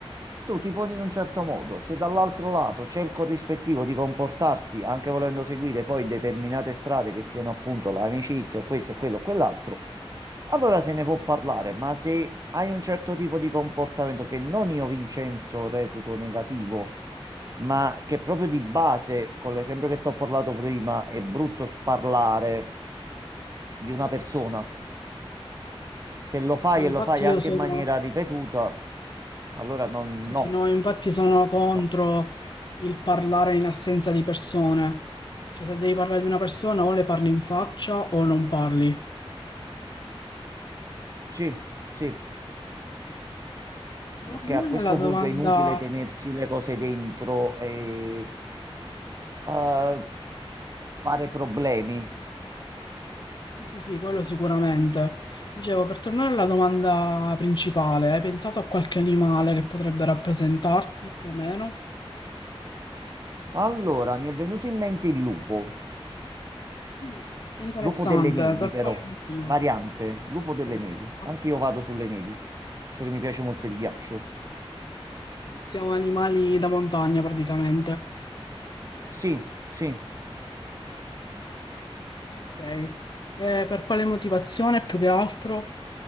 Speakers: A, on the right; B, on the left.
A: Tu ti poni in un certo modo, se dall'altro lato c'è il corrispettivo di comportarsi, anche volendo seguire poi determinate strade che siano appunto l'amicizia o questo, quello o quell'altro, allora se ne può parlare, ma se hai un certo tipo di comportamento che non io Vincenzo reputo negativo, ma che proprio di base, con l'esempio che ti ho parlato prima, è brutto sparlare di una persona, se lo fai
B: No, infatti
A: e lo fai anche
B: io sono,
A: in maniera ripetuta, allora non,
B: sì,
A: no.
B: sì, no, infatti sono contro.
A: no.
B: il parlare in assenza di persone. Cioè, se devi parlare di una persona, o le parli in faccia o non parli.
A: Sì, sì,
B: Per
A: perché
B: Tornare
A: a questo
B: alla domanda.
A: punto è inutile tenersi le cose dentro e eh, fare problemi.
B: Sì, sì, sì, quello sicuramente. Dicevo, per tornare alla domanda principale, hai pensato a qualche animale che potrebbe rappresentarti più o meno?
A: Allora, mi è venuto in mente il lupo,
B: Mm, Interessante,
A: lupo delle nevi
B: per
A: però,
B: quale motivo?
A: variante, lupo
B: Ok,
A: delle nevi.
B: ok,
A: Anche io vado sulle nevi,
B: ok.
A: visto che mi piace molto il ghiaccio.
B: Siamo animali da montagna praticamente.
A: Sì, sì,
B: Ok, Eh, per quale motivazione più che altro?